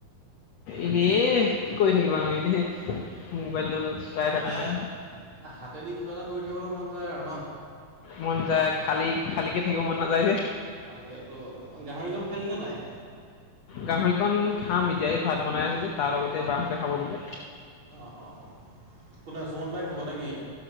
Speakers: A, on the left; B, on the right.
A: এনেই কি কৰি থাকিবানো এনেই। মোবাইলডাল চলাই
B: মানে
A: থকা নাই
B: হাতেদি কিবা এটা কৰি থাকিবলৈ মন যায় আৰু ন?
A: মন যায় খালী খালিকে থাকিব মন নাযায় যে।
B: তাকে তো গাহৰিক কণ খালিনে নাই?
A: গাহৰিকণ খাম এতিয়াই ভাত বনাই আছে যে তাৰ লগতে বাহঁতে খাব বুলি।
B: অঁ অঁ কোনে চুমন বাই খাব নেকি?